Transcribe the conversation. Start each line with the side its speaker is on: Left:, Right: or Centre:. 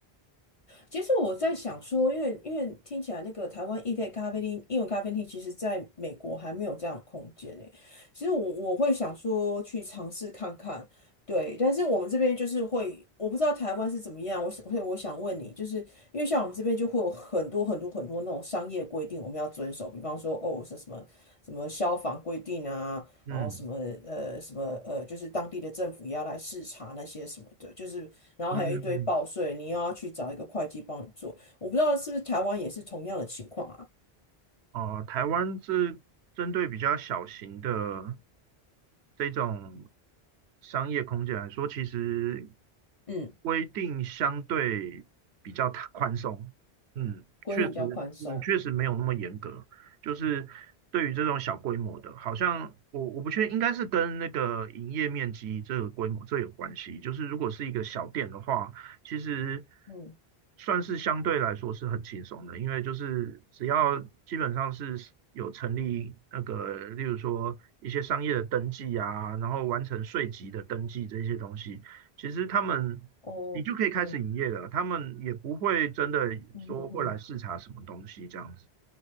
Left: 其实我在想说，因为因为听起来那个台湾意式咖啡厅、英文咖啡厅，其实在美国还没有这样的空间呢。其实我我会想说去尝试看看，对。但是我们这边就是会，我不知道台湾是怎么样。我想，所以我想问你，就是因为像我们这边就会有很多很多很多那种商业规定，我们要遵守，比方说哦，是什么什么消防规定啊，
Right: 嗯
Left: 然后什么呃什么呃，就是当地的政府也要来视察那些什么的，就是然后还有一堆报税，
Right: 嗯，
Left: 你又要去找一个会计帮你做。我不知道是不是台湾也是同样的情况啊？
Right: 哦，台湾是针对比较小型的这种商业空间来说，其实
Left: 嗯，
Right: 规定相对比较宽宽松。嗯，
Left: 规定比较宽松。
Right: 确实，嗯，确实没有那么严格。就是对于这种小规模的，好像我我不确定，应该是跟那个营业面积这个规模这有关系。就是如果是一个小店的话。其实
Left: 嗯，
Right: 算是相对来说是很轻松的，因为就是只要基本上是有成立那个，例如说一些商业的登记啊，然后完成税籍的登记这些东西，其实他们你就可以开始营业了，
Left: 哦哦，
Right: 他们也不会真的说会来视察什么东西这样子。
Left: 嗯哼哼，